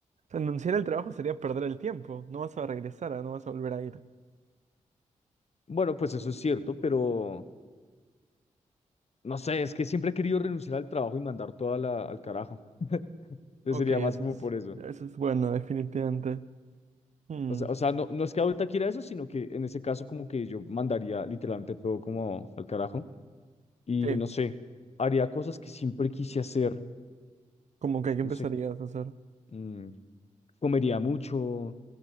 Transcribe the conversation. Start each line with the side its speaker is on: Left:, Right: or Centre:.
Right: renunciar al trabajo sería perder el tiempo. No vas a regresar, ah, no vas a volver a ir.
Left: bueno, pues eso es cierto, pero no sé, es que siempre he querido renunciar al trabajo y mandar toda la, al carajo, <laughs> entonces
Right: Ok,
Left: sería
Right: eso
Left: más como
Right: es,
Left: por eso.
Right: eso es bueno, definitivamente. Mm,
Left: O sea, o sea, no, no es que ahorita quiera eso, sino que en ese caso como que yo mandaría literalmente todo como al carajo y
Right: sí,
Left: no sé, haría cosas que siempre quise hacer,
Right: como que aquí
Left: no
Right: empezarías
Left: sé,
Right: a hacer.
Left: mm, comería mucho,